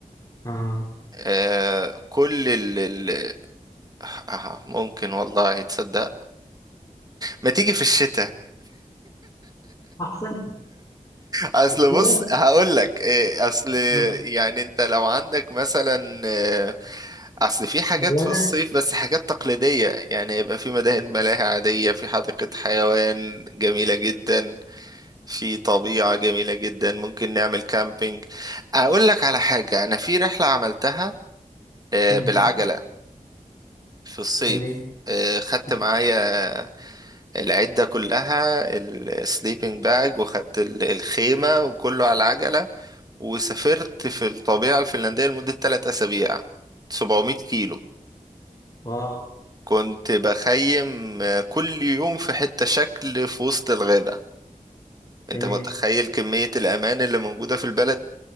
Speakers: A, on the left; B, on the right.
A: اه
B: آه كل ال ال- آه ممكن والله تصدق ما تيجي في الشتاء
A: احسن
B: اصل
A: <laughs> طلع
B: بص هقول لك إيه، اصل
A: آه.
B: يعني انت لو عندك مثلا آه، اصل في حاجات
A: هو
B: في
A: انا
B: الصيف بس حاجات تقليدية يعني يبقى في مداهن ملاهي عادية في حديقة حيوان جميلة جدا في طبيعة جميلة جدا ممكن نعمل كامبينج اقول لك على حاجة انا في رحلة عملتها آه،
A: مم.
B: بالعجلة في الصيف
A: تمام
B: آه، خدت
A: مم.
B: معايا العدة كلها السليبنج باج وخدت ال- الخيمة وكله على العجلة وسافرت في الطبيعة الفنلندية لمدة 3 أسابيع 700 كيلو
A: اه
B: كنت بخيم آه، كل يوم في حتة شكل في وسط الغابة
A: تمام
B: انت متخيل كمية الأمان اللي موجودة في البلد؟